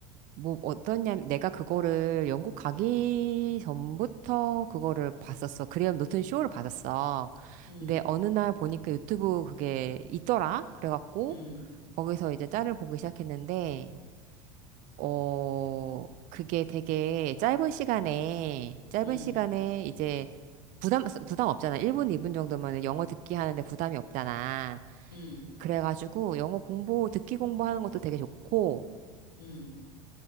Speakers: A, on the right; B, on the left.
A: 뭐, 어떠냐, 내가 그거를 영국 가기 전부터 그거를 봤었어. 그레이엄 노튼 쇼를 봤었어.
B: 음.
A: 근데 어느 날 보니까 유튜브 그게 있더라? 그래갖고,
B: 음,
A: 거기서 이제 짤을 보기 시작했는데, 어, 그게 되게 짧은 시간에, 짧은
B: 음,
A: 시간에 이제 부담, 부담 없잖아. 1분, 2분 정도면 영어 듣기 하는데 부담이 없잖아.
B: 음,
A: 그래가지고 영어 공부, 듣기 공부하는 것도 되게 좋고,
B: 음.